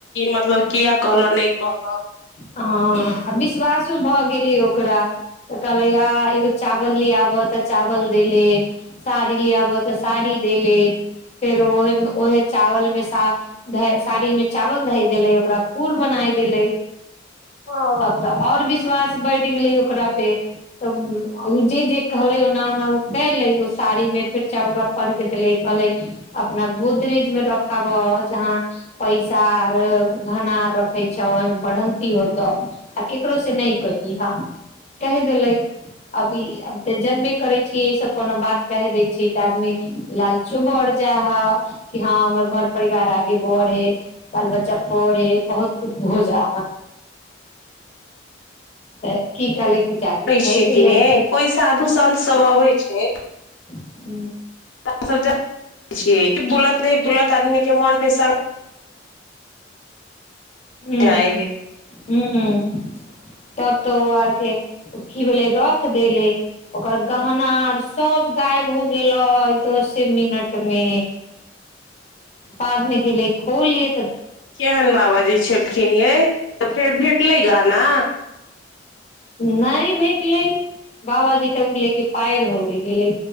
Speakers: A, on the left; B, on the left.
A: मतलब क कल नहि कल
B: हँ आ विश्वासो भऽ गेली ओकरा तऽ कहलै आ एगो चावल ले आबह तऽ चावल देले साड़ी ले आबह तऽ साड़ी देेले फेर ओहे ओहे चावलमे सा साड़ीमे चावल धए देले ओकरा पूल बनाय देलै
A: ओ
B: अब तऽ आओर विश्वास बढ़ गेले ओकरा पे जे जे कहले ओना ओना उ कले साड़ी मे फेर चावल बाब पढ़ के देले कहले अपना गोदरेज मे रखाब जहाँ पैसा आर घना रे छ ओहि बढ़ंती होतौ आ केकरो से नहि की ह कहि देले अभी तऽ जनबे करै छीिय ई सब कोनो बात क दै छै तऽ आदमी लालचो बढ़ जा ह कि हँ हमर घर परिवार आगे बढ़े बाल बच्चा पढ़े बहुत कछु भ जा तऽ की कहलै कि जाके
A: करै
B: धइ
A: छियै
B: देलै
A: कि नहि कोइ साधु सन्त सभ अबै छै
B: हू
A: सभ छ बुलत नहि बुलत आदमीके मोनमे स्
B: ह
A: जाइ हे
B: ह तब तो आर के की भेले रख देले ओकर गहना आर सभ गायब हो गेलै दसे मिनट मे बादमे गेलै खोल लिय
A: केहन बाबाजी छलखिन ये तऽ फेर भेट फेर मिलाई गहना
B: नहि भेटलै बाबाजी तऽ बुललै कि पार होय गेलै